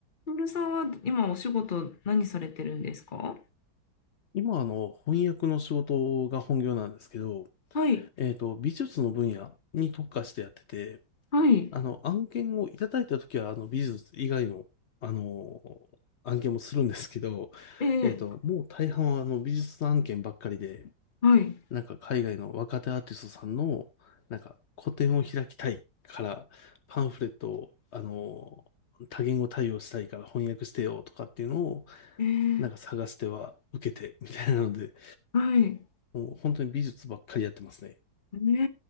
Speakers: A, on the left (about 35°); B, on the left (about 75°).
A: トールさんは今お仕事何されてるんですか
B: 今、あの、翻訳の仕事が本業なんですけど、
A: はい、
B: えっと、美術の分野に特化してやってて、
A: はい、
B: あの、案件をいただいたときは、あの、美術以外の、あの、案件もするんですけど、
A: え
B: えっと、もう大半は、あの、美術案件ばっかりで、
A: ーはい、
B: なんか、海外の若手アーティストさんの、なんか、個展を開きたいから、パンフレットを、あの、多言語対応したいから翻訳してよとかっていうのを、
A: えー
B: なんか探しては受けてみたいなので、
A: はい、
B: もう本当に美術ばっかりやってますね。
A: ね